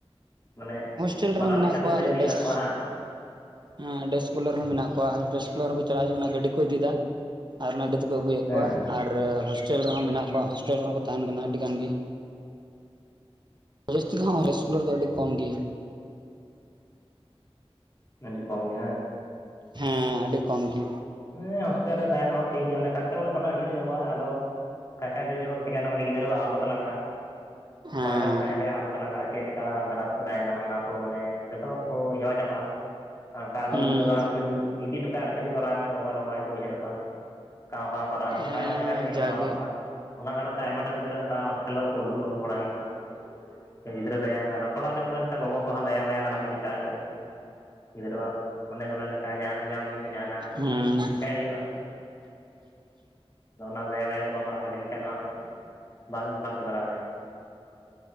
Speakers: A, on the left; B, on the right.
A: ᱢᱟᱱᱮ
B: ᱦᱳᱥᱴᱮᱞ ᱨᱮ
A: ᱵᱟᱱᱟᱨ
B: ᱦᱚᱸ ᱢᱮᱱᱟᱜ
A: ᱞᱮᱠᱟᱱ
B: ᱠᱚᱣᱟ
A: ᱜᱤᱫᱽᱨᱟᱹ
B: ᱟᱨ
A: ᱡᱟᱹᱱᱤᱡ
B: ᱰᱮᱥ
A: ᱦᱮᱱᱟᱜ ᱠᱚᱣᱟ ᱦᱟᱝ
B: ᱦᱮᱸ ᱰᱮᱥ ᱠᱚᱞᱟᱨ ᱦᱚᱸ ᱢᱮᱱᱟᱜ ᱠᱚᱣᱟ ᱰᱮᱥ ᱠᱚᱞᱟᱨ ᱦᱚᱸᱠᱚ ᱪᱟᱞᱟᱣ ᱦᱤᱡᱩᱜ ᱠᱟᱱᱟ, ᱜᱟᱹᱰᱤ ᱠᱚ ᱤᱫᱤᱫᱟ᱾ ᱟᱨ ᱚᱱᱟ ᱜᱟᱰᱤ ᱛᱮᱠᱚ ᱟᱹᱜᱩᱭᱮᱫ
A: ᱦᱮᱸ
B: ᱠᱚᱣᱟ ᱟᱨ ᱦᱳᱥ ᱴᱮᱞ ᱨᱮ ᱦᱚᱸ ᱢᱮᱱᱟᱜ ᱠᱚᱣᱟ ᱦᱳᱥᱴᱮᱞ ᱨᱮᱦᱚᱸ ᱛᱟᱦᱮᱸᱱ ᱠᱟᱱᱟ ᱟᱹᱰᱤ ᱜᱟᱱ ᱜᱮ᱾ ᱡᱟᱹᱥᱛᱤ ᱫᱚ ᱦᱟᱸ <unintelligible> ᱤᱥᱠᱩᱞᱟᱨ ᱨᱮᱫᱚ ᱟᱹᱰᱤ ᱠᱚᱢ ᱜᱮ᱾
A: ᱟᱹᱰᱤ ᱠᱚᱢ ᱜᱮ ᱦᱟᱝ?
B: ᱦᱮᱸ ᱟᱹᱰᱤ ᱠᱚᱢ ᱜᱮ᱾
A: ᱦᱮᱸ ᱦᱳᱥᱴᱮᱞ ᱨᱮ ᱛᱟᱦᱮᱸᱱ ᱦᱚᱸ ᱴᱷᱤᱠ ᱜᱮᱭᱟ ᱚᱱᱮ ᱠᱷᱚᱨᱪᱟ ᱵᱚᱞᱮ ᱛᱷᱚᱲᱟ ᱰᱷᱮᱨ ᱧᱚᱜᱼᱟ, ᱟᱫᱚ ᱠᱷᱟᱸᱨᱪᱟ ᱰᱷᱮᱨ ᱧᱚᱜ ᱫᱚ ᱪᱤᱠᱟᱹᱭ ᱱᱟ ᱢᱟᱱᱮ ᱜᱤᱫᱽᱨᱟᱹᱣ ᱟᱜ ᱟᱫᱚᱛ ᱞᱟᱜᱟᱜᱼᱟ,
B: ᱦᱮᱸ
A: ᱵᱟᱦᱨᱮ ᱛᱟᱦᱮᱸ ᱨᱮᱭᱟᱜ ᱟᱫᱚᱛ ᱞᱟᱜᱟᱜᱼᱟ ᱪᱮᱫ ᱞᱮᱠᱟ ᱟ ᱫᱨᱟᱛ ᱠᱚ ᱛᱟᱦᱮᱸᱱᱟ ᱚᱱᱟ ᱠᱚ ᱢᱟᱱᱮ ᱡᱷᱚᱛᱚ ᱠᱚ ᱦᱮᱣᱟ ᱪᱟᱵᱟᱜᱼᱟ᱾ ᱟᱨ ᱚᱱᱠᱟ ᱟᱫᱚᱢ
B: ᱦᱮᱸ
A: ᱜᱤᱫᱽᱨᱟᱹ ᱫᱚ ᱦᱟᱸᱜ ᱠᱷᱟᱹᱞᱤᱢ ᱤᱫᱤ ᱦᱚᱴᱚ ᱠᱟᱜ ᱟᱨ ᱠᱷᱟᱹᱞᱤ ᱠᱚ ᱨᱟᱜᱟ ᱜᱚᱜᱚ-ᱵᱟᱵᱟ ᱜᱮᱠᱚ ᱩᱭᱦᱟᱹᱨ ᱠᱚᱣᱟ, ᱠᱟᱣ ᱠᱟᱣ ᱠᱚ ᱨᱟᱜᱼᱟ ᱚᱝᱠᱟ
B: ᱦᱮᱸ
A: ᱟᱭᱢᱟ ᱡᱟᱭᱜᱟ ᱨᱮᱧ ᱧᱮᱞ
B: ᱡᱟᱜᱮ
A: ᱵᱟᱲᱟ ᱠᱟᱜ ᱠᱚᱣᱟ ᱚᱱᱟ ᱠᱟᱨᱚᱱ ᱛᱮ ᱟᱭᱢᱟ ᱴᱮᱱ ᱜᱤᱫᱽᱨᱟᱹ ᱚᱱᱠᱟ ᱦᱳᱥᱴᱮᱞ ᱠᱷᱚᱱ ᱠᱚ ᱩᱰᱩᱜ ᱟᱜᱩ ᱵᱟᱲᱟ ᱠᱮᱫ ᱠᱚᱣᱟ, ᱜᱤᱫᱽᱨᱟᱹ ᱫᱟᱭᱟ ᱟᱫᱚᱛ ᱛᱷᱚᱲᱟ ᱚᱱᱮ ᱠᱚ ᱢᱮᱱ ᱠᱷᱟᱱ ᱜᱚᱜᱚᱼᱵᱟᱵᱟ ᱦᱚᱸ ᱫᱟᱭᱟ ᱢᱟᱭᱟ ᱟᱲᱟᱜ ᱜᱤᱰᱤ ᱠᱟᱜ ᱦᱩᱭᱩᱜᱼᱟ, ᱜᱤᱫᱽᱨᱟᱹᱣᱟᱜ ᱚᱱᱮ ᱠᱚ ᱢᱮᱱ ᱞᱮ ᱠᱟ ᱡᱟᱦᱟᱸᱱᱟᱜ ᱧᱟᱢ ᱞᱟᱜᱤᱫ ᱛᱮ ᱡᱟᱦᱟᱸᱱᱟᱜ
B: ᱦᱩᱸ᱾
A: ᱦᱳᱭᱳᱜᱼᱟ, ᱟᱫᱚ ᱚᱱᱟ ᱫᱟᱭᱟ ᱢᱟᱭᱟ ᱠᱚ ᱵᱟᱢ ᱟᱲᱟᱜ ᱜᱟᱹᱰᱤ ᱞᱮᱠᱷᱟᱱ ᱫᱚ ᱦᱟᱸᱜ ᱵᱟᱢ ᱯᱟᱲᱦᱟᱣ ᱦᱚᱪᱚ ᱫᱟᱲᱮ ᱟᱭᱟ᱾